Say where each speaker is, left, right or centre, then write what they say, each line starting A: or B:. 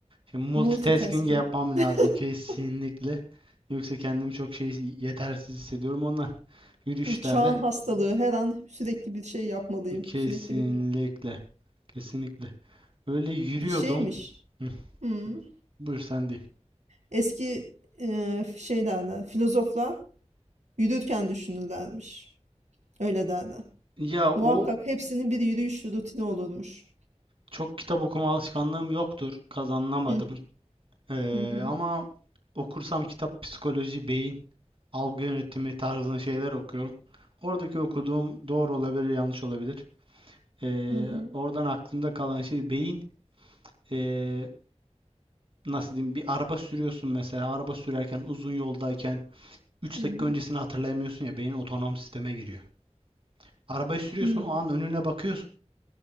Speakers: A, on the right; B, on the right.
A: Şimdi multitasking
B: Multitasking.
A: yapmam
B: <laughs>
A: lazım kesinlikle yoksa kendimi çok şey yetersiz hissediyorum ondan yürüyüşlerde
B: Bu çağın hastalığı her an sürekli bir şey yapmalıyım.
A: kesinlikle
B: Sürekli bir,
A: kesinlikle öyle yürüyordum.
B: bir şeymiş.
A: Hı,
B: Hmm.
A: buyur sen diyeyim.
B: Eski e, şey derler filozoflar yürürken düşünürlermiş. Öyle derler.
A: Ya o
B: Muhakkak hepsinin bir yürüyüş rutini olurmuş.
A: Çok kitap okuma alışkanlığım yoktur. Kazanamadım.
B: Hı
A: Ee,
B: hı hı
A: ama okursam kitap psikoloji, beyin, algı yönetimi tarzında şeyler okuyorum. Oradaki okuduğum doğru olabilir, yanlış olabilir. Ee,
B: hı hı
A: oradan aklımda kalan şey beyin. Ee, nasıl diyeyim? Bir araba sürüyorsun mesela. Araba sürerken, uzun yoldayken üç
B: hı
A: dakika
B: hı.
A: öncesini hatırlayamıyorsun ya. Beyin otonom sisteme giriyor. Arabayı sürüyorsun,
B: hı.
A: o an önüne bakıyorsun.